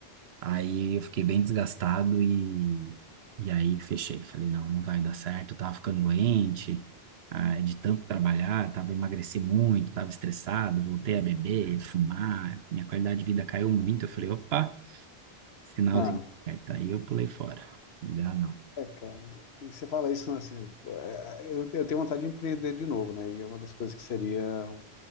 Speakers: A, on the right; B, on the left.
A: Aí eu fiquei bem desgastado e, e aí fechei. Falei, não, não vai dar certo. Eu tava ficando doente, ah, de tanto trabalhar, tava emagreci muito, tava estressado, voltei a beber, fumar. Minha qualidade de vida caiu muito. Eu falei, opa, sinalzinho
B: Ah.
A: certo. Aí eu pulei fora. Não dá, não.
B: É, cara, e você fala isso, né, assim, é, eu, eu tenho vontade de empreender de novo, né? E é uma das coisas que seria o,